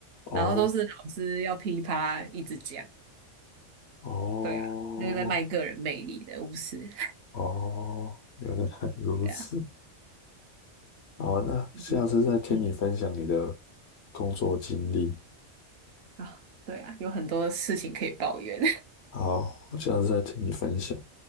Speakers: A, on the left; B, on the right.
A: 哦
B: 然后都是老师要噼里啪啦一直讲。
A: 哦
B: 对啊，那个在卖个人魅力的，不是？
A: 哦，原来如此。
B: 对啊，
A: 好，那下次再听你分享你的
B: 嗯嗯
A: 工作经历。
B: 啊，对啊，有很多事情可以抱怨。<laughs>
A: 好，下次再听你分享。